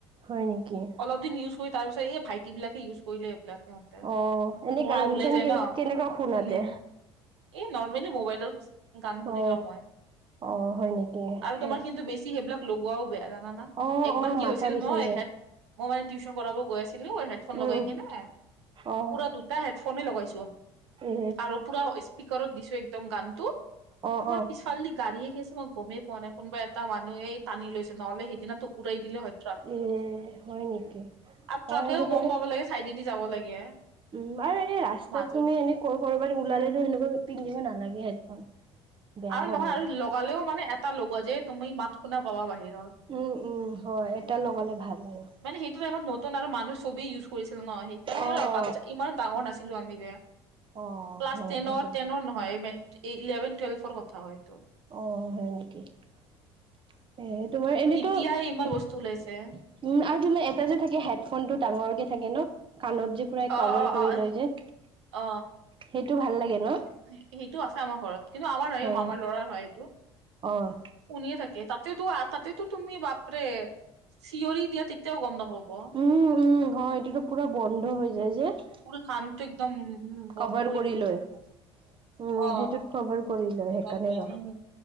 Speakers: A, on the right; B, on the right.
A: হয় নেকি? <unintelligible>
B: এক দিন ইউজ কৰি তাৰ পিছত এই ভাইতিবিলাকে ইউজ কৰিলে এইবিলাক। <unintelligible> ইহঁতে
A: অ
B: <inaudible>
A: এনে
B: মোৰ মানে
A: গান
B: ওলাই
A: চান
B: যায় ন?
A: কেনেকুৱা শুনাতে
B: উম। এই নৰ্মেলি মোবাইলৰ <unintelligible> গান শুনি
A: অ
B: লও‍ঁ মই।
A: অ হয় নেকি
B: আৰু তোমাৰ
A: এ
B: কিন্তু বেছি সেইবিলাক <unintelligible> লগোৱাও বেয়া জানানা।
A: অ
B: একবাৰ
A: অ
B: কি
A: মাথা
B: হৈছিল
A: বিষাই
B: মই,
A: যায়
B: হেড <unintelligible> মই মানে টিউচন কৰাব গৈ আছিলোঁ, হেড ফোন
A: উম
B: লগাই
A: উম
B: কেনে <inaudible>
A: অ
B: পুৰা দুটা হেডফোনে লগাইছো
A: এ
B: আৰু পুৰা স্পীকাৰত দিছোঁ একদম গানটো।
A: অ
B: তোমাৰ
A: অ
B: পিছ <unintelligible> পিছফালেদি গাড়ী আহি আছে মই গমে পোৱা নাই। কোনোবা এটা মানুহ এই টানি লৈছে, নহ'লে সেইদিনাটো উৰাই দিলে হয়। <unintelligible> ট্ৰাকটো
A: এ
B: <unintelligible>
A: হয় নেকি
B: আৰু ট্ৰাকেও
A: অ এনেকুৱাতো
B: গম পাব লাগে, চাইডেদি যাব লাগে।
A: উম। আৰু এনেই ৰাস্তাত
B: মাজত
A: তুমি এনেই <unintelligible> কৰবালে ওলালেনো, তেনেকুৱা পিন্ধিব নালাগে হেডফোন। বেয়া
B: আৰু
A: হয়
B: নহয়, আৰু লগালেও মানে এটা লগোৱা যে তুমি মাত শুনা পাবা বাহিৰৰ। <unintelligible>
A: উম-উম! হয়, এটা লগালে ভাল হয়। <unintelligible>
B: মানে সেইটো টাইমত নতুন আৰু মানুহ চবেই ইউজ কৰিছিল ন সেই <unintelligible> সেইকাৰণে
A: অ
B: আৰু
A: অ
B: বাদচা ইমান ডাঙৰ নাছিলো আমি যে।
A: অ
B: ক্লাছ
A: হয়
B: টেনৰ,
A: সেইকাৰণে
B: টেনৰ নহয় মেট্ৰিক <unintelligible> এই ইলেভেন, টুৱেল্ভৰ কথা এইটো। <unintelligible>
A: অ! হয় নেকি? <inaudible> এ তোমাৰ এনেইটো
B: এতিয়া ইমান
A: উম
B: বস্তু ওলাইছে
A: আৰু তুমি এটা যে থাকে হেডফোনটো ডাঙৰ কে থাকে ন, কাণত যে <inaudible> পুৰা
B: অ
A: কাভাৰ
B: অ
A: কৰি
B: অ
A: লয় যে,
B: অ
A: সেইটো ভাল লাগে ন? <unintelligible>
B: সেইটো আছে আমাৰ ঘৰত কিন্তু আমাৰ নহয়
A: হয়।
B: এই মামাৰ লৰাৰ হয় এইটো।
A: অ',
B: <unintelligible> শুনিয়ে থাকে তাতেতো-তাতেতো তুমি বাপৰে <unintelligible> চিঞৰি দিয়া, তেতিয়াও গম নাপাব। <unintelligible>
A: উম-উম, হয়। এইটো পুৰা বন্ধ হৈ যায় যে। <unintelligible>
B: পুৰা কাণটো একদম বন্ধ
A: কভাৰ
B: কৰি দিয়ে
A: লয়,
B: যে। <unintelligible>
A: উম,
B: অঁ
A: সেইটোত কভাৰ কৰি লয় সেইকাৰণে
B: গুডমৰ্ণিং।
A: ৰ